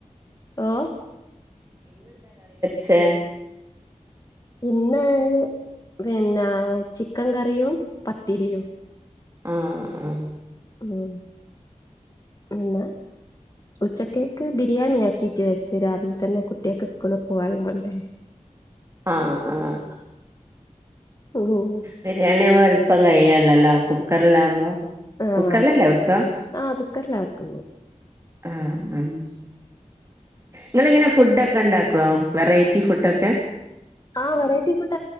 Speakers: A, on the left (about 30°); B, on the right (about 25°).
A: ഓ
B: ചേ
A: ഇന്ന് പിന്ന ചിക്കൻ കറിയും പത്തിരിയും
B: ആ ആ
A: ഉം പിന്ന ഉച്ചക്കേക്ക് ബിരിയാണി ആക്കിട്ട് വെച്ച, രാവിലെ തന്നെ കുട്ടിയാൾക്ക് സ്കൂളിൽ പോകാനും കൊണ്ടേ.
B: ആഹ ആഹ.
A: ഉം
B: ബിരിയാണി ആവുമ്പോ എളുപ്പം കയ്യോലല്ലോ കുക്കറിലാവുമ്പോ.
A: ആഹ
B: കുക്കറിലല്ലേ വെക്കാ
A: ആഹ കുക്കറില വെക്ക്ന്ന്
B: ഉം ഉം നിങ്ങളിങ്ങനെ ഫുഡോക്കെ ണ്ടാക്കുവോ വെറൈറ്റി ഫുഡൊക്കെ
A: ആ വെറൈറ്റി ഫുഡ